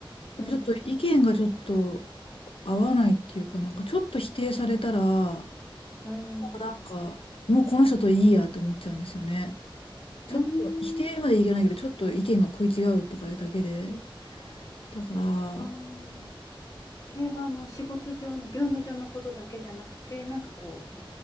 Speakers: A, on the left; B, on the left.
A: やっぱちょっと意見がちょっと
B: うん
A: 合わないっていうかなんか、ちょっと否定されたら、
B: うん
A: もうなんか、もうこの人といいやと思っちゃうんですよね。ちょっと、
B: うん
A: 否定までいけないけど、ちょっと意見が食い違うとかいうだけで。だから、
B: あそれはあの仕事上の業務上のことだけじゃなくてなんかこう